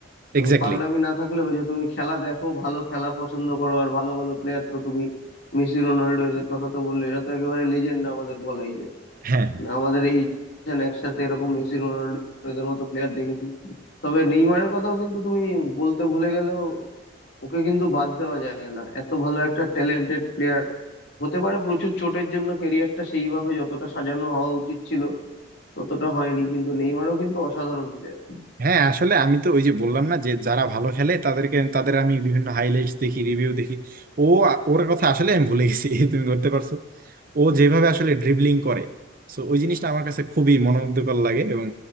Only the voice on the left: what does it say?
আহ,
পাগলামি না থাকলেও যে তুমি খেলা দেখো ভালো খেলা পছন্দ করো আর ভালো ভালো প্লেয়ার তো তুমি মেসি রোনাল্ডো এদের কথা তো বললে এরা তো একেবারে লেজেন্ড আমাদের বলাই যায়
আমাদের এই generation একসাথে এরকম মেসি রোনাল্ডো এদের মতো প্লেয়ার দেখেছি তবে নেইমারের কথাও কিন্তু তুমি বলতে ভুলে গেলেও ওকে কিন্তু বাদ দেওয়া যায় না এত ভালো একটা ট্যালেন্টেড প্লেয়ার হতে পারে প্রচুর চোটের জন্য ক্যারিয়ারটা সেইভাবে যতটা সাজানো হওয়া উচিত ছিল ততটা হয়নি কিন্তু নেইমারও কিন্তু অসাধারণ প্লেয়ার